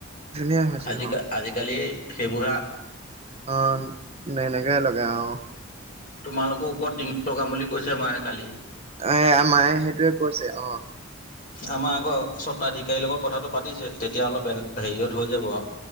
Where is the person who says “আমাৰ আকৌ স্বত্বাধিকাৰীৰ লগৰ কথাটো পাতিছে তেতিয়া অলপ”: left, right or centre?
Left